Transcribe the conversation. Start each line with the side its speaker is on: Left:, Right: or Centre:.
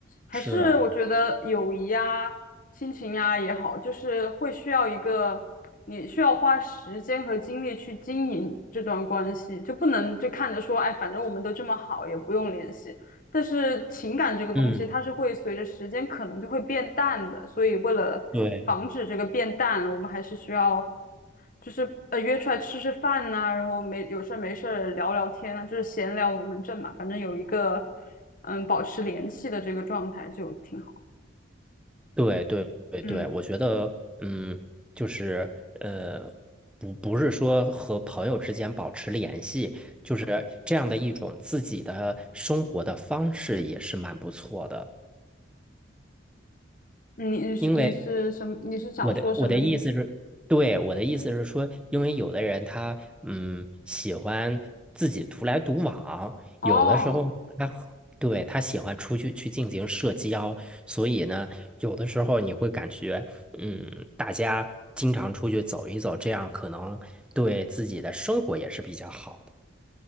Left: 还是我觉得友谊呀、
Centre: 是，
Left: 亲情呀也好，就是会需要一个你需要花时间和精力去经营这段关系，就不能就看着说，哎，反正我们都这么好，也不用联系。但是情感这个东西，
Centre: 嗯，
Left: 它是会随着时间可能就会变淡的，所以为了防止这个变淡，
Centre: 对。
Left: 我们还是需要，就是呃约出来吃吃饭呐、然后没有事儿没事儿聊聊天啊，就是闲聊龙门阵嘛，反正有一个嗯保持联系的这个状态就挺好。
Centre: 对对对对，
Left: 嗯，
Centre: 我觉得，嗯，就是呃，不不是说和朋友之间保持联系，就是这样的一种自己的生活的方式也是蛮不错的。
Left: 你你是你是什么？
Centre: 因为。
Left: 你是想说什么意思？
Centre: 我的我的意思是，对，我的意思是说，因为有的人他嗯喜欢自己独来独往，
Left: 哦。
Centre: 有的时候他和对他喜欢出去去进行社交，所以呢，有的时候你会感觉嗯，大家经常出去走一走，这样可能对自己的生活也是比较好的，